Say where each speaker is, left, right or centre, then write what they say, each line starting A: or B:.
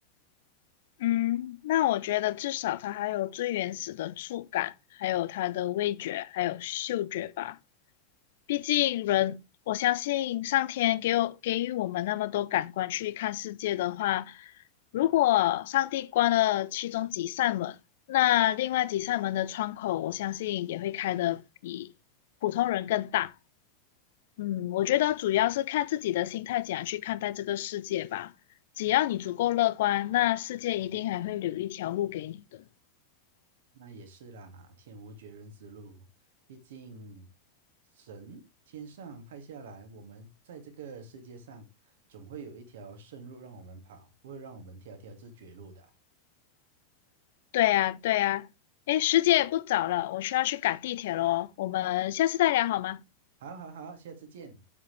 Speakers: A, on the left; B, on the right.
A: 嗯，那我觉得至少它还有最原始的触感，还有它的味觉，还有嗅觉吧。毕竟人，我相信上天给我给予我们那么多感官去看世界的话，如果上帝关了其中几扇门，那另外几扇门的窗口，我相信也会开的比普通人更大。嗯，我觉得主要是看自己的心态怎样去看待这个世界吧。只要你足够乐观，那世界一定还会留一条路给你的。
B: 那也是啦，天无绝人之路，毕竟神天上派下来，我们在这个世界上总会有一条生路让我们跑，不会让我们条条是绝路的。
A: 对啊，对啊。诶，时间也不早了，我需要去赶地铁了哦我们下次再聊好吗？
B: 好好好，下次见。